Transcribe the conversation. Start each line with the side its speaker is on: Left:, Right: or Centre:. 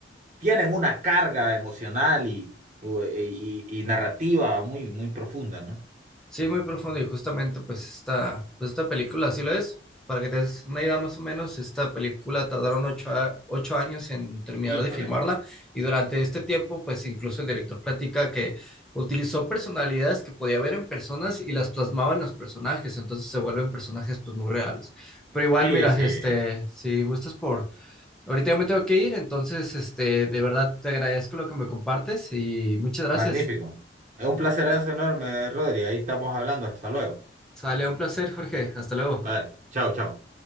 Right: tienen una carga emocional y, u- y, y- y narrativa muy, muy profunda, ¿no?
Centre: Sí, muy profundo y justamente pues esta, pues esta película así lo es. Para que te des una idea más o menos, esta película tardaron ocho, a- ocho años en terminar
Right: Híjole.
Centre: de filmarla y durante este tiempo pues incluso el director platica que utilizó personalidades que podía ver en personas y las plasmaba en los personajes, entonces se vuelven personajes pues muy reales. Pero igual,
Right: Sí,
Centre: mira,
Right: sí.
Centre: este, si gustas por... Ahorita ya me tengo que ir, entonces este, de verdad te agradezco lo que me compartes y muchas gracias.
Right: Magnífico. Es un placerazo enorme, Rodri. Ahí estamos hablando. Hasta luego.
Centre: Sale un placer, Jorge. Hasta luego.
Right: Vale. Chao, chao.